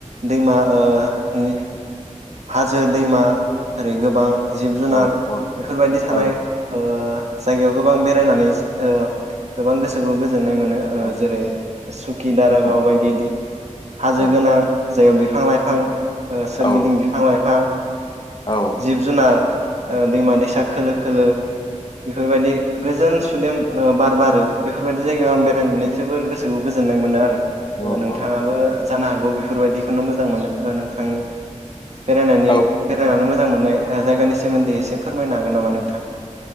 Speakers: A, on the right; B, on the left.
A: दैमा ओ <unintelligible> हाजो दैमा ओरै गोबां जिब जुनार
B: औ औ
A: बेफोरबायदि थानाय
B: औ
A: ओ जायगायाव गोबां बेरायनानै जो गोबां गोसोखौ गो जोननाय मोनो
B: औ
A: ओ जेरै सुकि दारागाव
B: औ
A: बायदि दि हाजो
B: औ
A: गोनां जायाव बिफां लाइफां ओ सोरगिदिं
B: औ
A: बिफ <unintelligible>
B: औ
A: जिब जुनार ओ दैमा दैसा खोलो खोलो बेफोरबायदि गोजोन सु सुदेम ओ बार बारो । बेफोरबायदि जायगायाव आं बेरायनानै जोबोर गोसो खौ गोजोन्नाय मोनो आरो
B: औ
A: ओ नोंथाङाबो
B: औ
A: जानो हागौ बेफ बेफोर बायदिखौनो मोजां मोनो ओ नोंथांनि बेरायनायनि
B: औ
A: बेरायनानै मोजां मोन नाय जायगानि सोमोन्दै एसे फोरमायनो हागोन नामा नोंथां ।